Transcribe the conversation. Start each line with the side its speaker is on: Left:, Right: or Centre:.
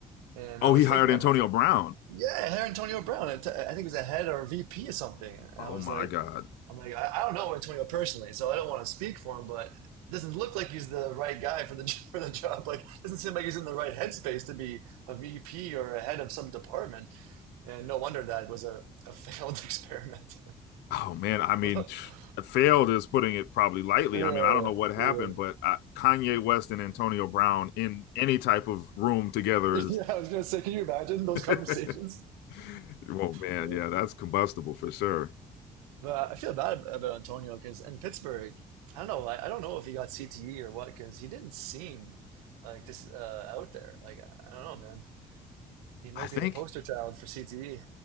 Right: And
Left: oh,
Right: I was
Left: he hired
Right: thinking
Left: Antonio
Right: to him,
Left: Brown.
Right: yeah, I hired Antonio Brown. And t- I think he was a head or VP or something. And
Left: Oh
Right: I was
Left: my
Right: like,
Left: god.
Right: I'm like, I, I don't know Antonio personally, so I don't want to speak for him, but it doesn't look like he's the right guy for the <laughs> for the job. Like, doesn't seem like he's in the right headspace to be a VP or a head of some department. And no wonder that was a, a failed experiment.
Left: Oh man, I mean,
Right: <laughs> yeah,
Left: failed is putting it probably lightly.
Right: yeah,
Left: I mean, I don't know what happened,
Right: yeah,
Left: but uh, Kanye West and Antonio Brown in any type of room together
Right: <laughs> yeah.
Left: is.
Right: I was gonna say, can you imagine those
Left: <laughs>
Right: conversations?
Left: oh man,
Right: Yeah.
Left: yeah, that's combustible for sure.
Right: But I feel bad about Antonio because in Pittsburgh, I don't know. I, I don't know if he got CTE or what because he didn't seem like this uh, out there. Like I don't know, man. He might
Left: I think
Right: be the poster child for CTE.